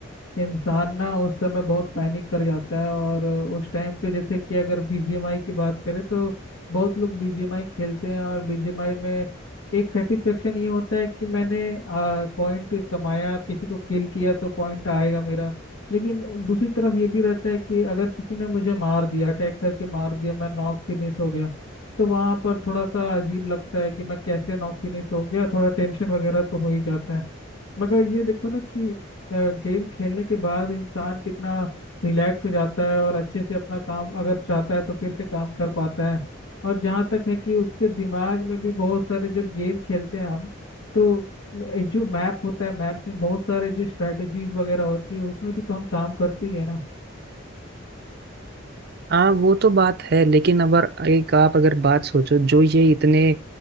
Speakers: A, on the left; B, on the right.
A: इंसान ना उस समय बहुत पैनिक कर जाता है और उस टाइम पे जैसे कि अगर बीजीएमआई की बात करें तो बहुत लोग बीजीएमआई खेलते हैं और बीजीएमआई में एक सेटिस्फेक्शन ये होता है कि मैंने पॉइंट कमाया किसी को किल किया तो पॉइंट आएगा मेरा लेकिन दूसरी तरफ ये भी रहता है कि अगर किसी ने मुझे मार दिया अटैक करके मार दिया मैं नॉक फिनिश हो गया तो वहाँ पर थोड़ा सा अजीब लगता है कि मैं कैसे नॉक फिनिश हो गया थोड़ा टेंशन वगैरह तो हो ही जाता है मगर ये देखो ना कि गेम खेलने के बाद इंसान कितना रिलैक्स हो जाता है और अच्छे से अपना काम अगर चाहता है तो फिर से काम कर पाता है और जहाँ तक है कि उसके दिमाग में भी बहुत सारे जब गेम खेलते हैं हम तो एक जो मैप होता है मैप्स में बहुत सारे जो स्ट्रेटजीज वगैरह होती है उसमें भी तो हम काम करती है ना
B: हाँ वो तो बात है लेकिन अगर एक आप अगर बात सोचो जो ये इतने